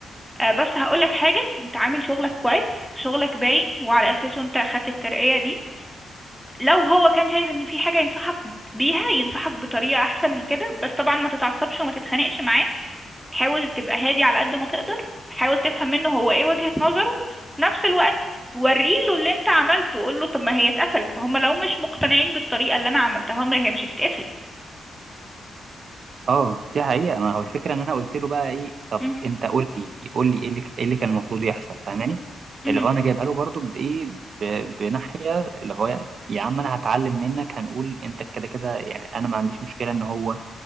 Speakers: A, in the centre; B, on the right.
A: آه، بس هقولك حاجة انت عامل شغلك كويس وشغلك باين وعلى اساسه انت اخدت الترقية دي لو هو كان شايف ان في حاجة ينصحك بيها ينصحك بطريقة احسن من كده بس طبعا ما تتعصبش وما تتخانقش معاه حاول تبقى هادي على قد ما تقدر حاول تفهم منه هو ايه وجهة نظره في نفس الوقت وريله اللي انت عملته قول له طب ما هي اتقفلت ما هم لو مش مقتنعين بالطريقة اللي انا عملتها هم هي مش هتتقفل
B: اه دي حقيقة ما هو الفكرة ان انا قلت له بقى ايه طب
A: مهم.
B: انت قول لي قول لي ايه اللي ايه اللي كان المفروض يحصل فاهماني
A: مهم.
B: اللي هو انا جايبها له برضو بايه ب- بناحية اللي هو يا عم انا هتعلم منك هنقول انت كده كده يعني انا ما عنديش مشكلة ان هو